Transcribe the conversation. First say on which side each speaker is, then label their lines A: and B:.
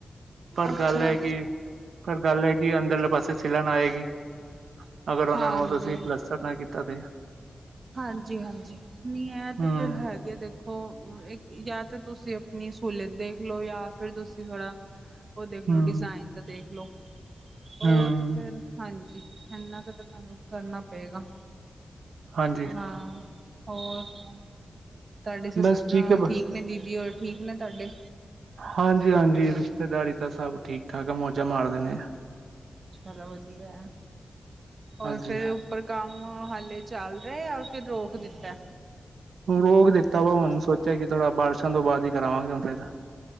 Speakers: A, on the right (about 85°); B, on the right (about 45°).
A: ਪਰ
B: ਅੱਛਾ
A: ਗੱਲ ਐ ਕਿ, ਪਰ ਗੱਲ ਐ ਕਿ ਅੰਦਰਲੇ ਪਾਸੇ ਸਿਲਾਨ ਆਏਗੀ। ਅਗਰ ਉਨਾਂ
B: ਹਾਂਜੀ
A: ਨੂੰ ਤੁਸੀਂ ਪਲੱਸਤਰ ਨਾ ਕੀਤਾ ਤੇ।
B: ਹਾਂਜੀ-ਹਾਂਜੀ ਨੀ ਐ ਤੇ
A: ਹਮ
B: ਫਿਰ ਹੈਗੇ ਦੇਖ ਉਹ ਇੱਕ ਯਾ ਤੇ ਤੁਸੀਂ ਅਪਨੀ ਸਹੂਲਤ ਦੇਖ ਲੋ ਯਾ ਫਿਰ ਤੁਸੀਂ ਥੋੜ੍ਹਾ ਉਹ ਦੇਖਲੋ
A: ਹਮ
B: ਡਿਜ਼ਾਇਨ ਦਾ ਦੇਖ ਲੋ
A: ਹਮ
B: ਉਹ ਫਿਰ ਹਾਂਜੀ ਇੰਨਾ ਕੁ ਤਾਂ ਤੁਹਾਨੂੰ ਕਰਨਾ ਪਏਗਾ।
A: ਹਾਂਜੀ
B: ਹਾਂ ਹੋਰ ਤੁਹਾਡੀ ਸੀਸ
A: ਬਸ ਠੀਕ
B: ਹਾਂ
A: ਹੈ ਬ
B: ਠੀ ਦੀਦੀ ਹੋਰ ਠੀਕ ਨੇ ਤਾਡੇ।
A: ਹਾਂਜੀ-ਹਾਂਜੀ ਰਿਸ਼ਤੇਦਾਰੀ ਤਾ ਸਭ ਠੀਕ ਠਾਕ ਮੌਜਾਂ ਮਾਰਦੇ ਨੇ।
B: ਚਲੋ ਵਧੀਆ ਐ ਹੋਰ
A: ਹਾਂਜੀ
B: ਫਿਰ ਉਪਰ ਕੰਮ ਹਾਲੇ ਚੱਲ ਰਿਆ ਯਾ ਫਿਰ ਰੋਕ ਦਿੱਤਾ।
A: ਰੋਕ ਦਿੱਤਾ ਹੁਣ ਸੋਚਾ ਕਿ ਥੋੜ੍ਹਾ ਬਾਰਿਸ਼ਾਂ ਤੋਂ ਬਾਦ ਈ ਕਰਵਾਂਗੇ <unintelligible>